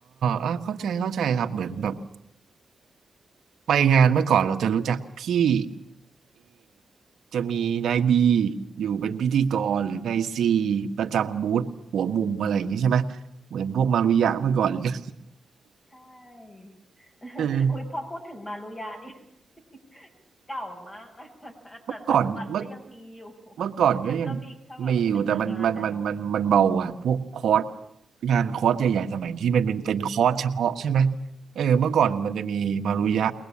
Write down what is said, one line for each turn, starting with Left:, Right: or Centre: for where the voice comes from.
Right: อ่าเข้าใจเข้าใจครับเหมือนแบบไปงานเมื่อก่อนเราจะรู้จักพี่ จะมีนายบีอยู่เป็นพิธีกรหรือนายซี
Left: อืม
Right: ประจำบูธหัวมุมอะไรอย่างนี้ใช่ไหมเหมือนพวกมารุยะเมื่อก่อนเลย
Left: ใช่ ใช่ <laughs>
Right: เออ
Left: อุ้ยพอพูดถึงมารุยานี่ <laughs> เก่ามากนะ <laughs>
Right: เมื่อก่อนเมื่อ
Left: แต่ปัจจุบันก็ยังมีอยู่ <laughs>
Right: เมื่อก่อนก็ยัง
Left: มันก็มีแค่แบบไม่กี่งานนะเนอะ
Right: มีอยู่แต่มันมันมันมันมันเบาอ่ะพวกคอร์สงานคอร์สใหญ่ๆสมัยที่มันเป็นเป็นคอร์สเฉพาะใช่ไหมเออเมื่อก่อนมันจะมีมารุยะ